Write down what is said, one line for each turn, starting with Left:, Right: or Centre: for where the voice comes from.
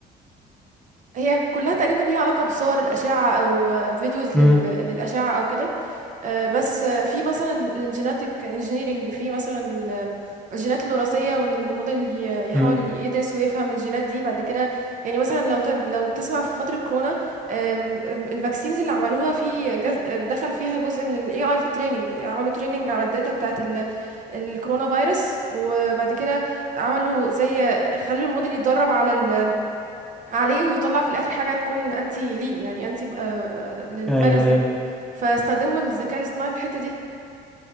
Right: هي كلها تقريبا ليها علاقة بصور الأشعة أو فيديوز
Centre: امم
Right: لل... للأشعة أو كده آه، بس آه، في مثلا الجيناتيك انجينيرينج في مثلا ال- الجينات الوراثية وإن الموديل ي- يحاول
Centre: امم
Right: يدرس ويفهم الجينات دي بعد كده يعني مثلا لو ت... لو تسمع في فترة كورونا آم، آم، الفاكسينز اللي عملوها في جز... دخل فيها جزء من ال AI في التريننج عملوا تريننج على الداتا بتاعت ال... الكورونا فيروس وبعد كده عملوا زي خلوا الموديل يتدرب على ال عليه ويطلع في الاخر حاجه تكون انتي ليه يعني انتي آه، آه، للفيروس
Centre: أيوه
Right: ده
Centre: أيوه
Right: فاستخدموا الذكاء الاصطناعي في الحته دي